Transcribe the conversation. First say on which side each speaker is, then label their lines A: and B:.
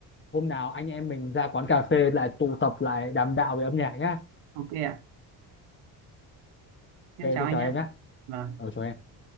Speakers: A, on the left; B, on the right.
A: hôm nào anh em mình ra quán cà phê lại tụ tập lại đàm đạo về âm nhạc nhá
B: ok ạ. Em
A: ok
B: chào
A: tôi
B: anh
A: chào
B: nhé.
A: em nhá
B: Vâng.
A: ờ, chào em